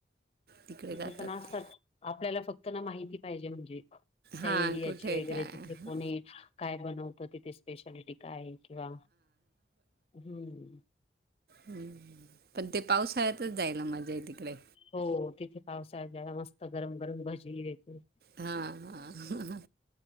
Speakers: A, on the right; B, on the left.
A: तिकडे
B: इथे
A: जातात
B: पण असाच
A: ते.
B: आपल्याला फक्त ना माहिती पाहिजे म्हणजे त्या
A: हां
B: एरियाची
A: कुठे
B: वगैरे
A: काय
B: तिथे
A: हां
B: कोण आहे. काय बनवतो तिथे स्पेशालिटी काय किंवा हम्म.
A: हम्म पण ते पावसाळ्यातच जायल माझ्या तिकडे
B: हो तिथे पावसाळ जायाला मस्त गरम, गरम भजी हे ते...
A: हा हा.